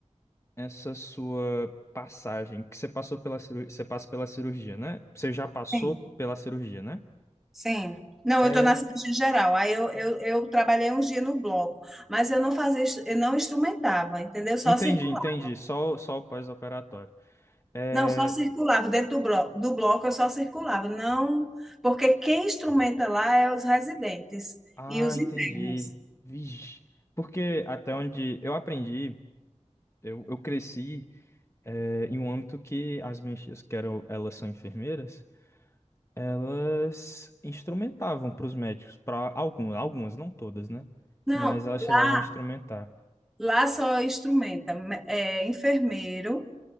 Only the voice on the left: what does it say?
essa sua passagem, que você passou pela cirurgia, você passa pela cirurgia, né? Você já passou
pela cirurgia, né?
É,
Entendi,
entendi. Só, o- só o pós-operatório. É...
Ah,
entendi.
Vixe. Porque até onde eu aprendi, eu, eu cresci é, em um âmbito que as minhas tias, que eram, elas são enfermeiras, elas instrumentavam para os médicos, para algumas, algumas, não todas, né?
Mas elas
chegavam a instrumentar.